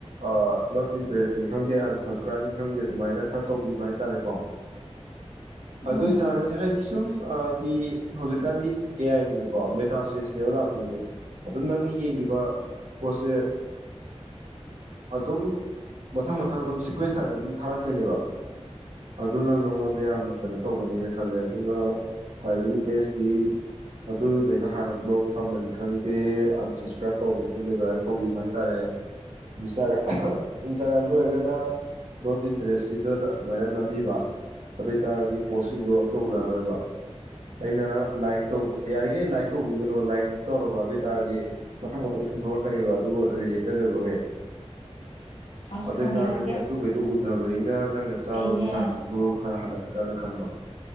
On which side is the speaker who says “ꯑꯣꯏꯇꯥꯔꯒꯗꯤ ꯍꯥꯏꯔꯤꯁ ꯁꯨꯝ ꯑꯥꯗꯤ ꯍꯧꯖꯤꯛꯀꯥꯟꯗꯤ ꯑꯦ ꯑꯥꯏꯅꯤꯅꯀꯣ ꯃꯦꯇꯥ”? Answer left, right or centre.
Right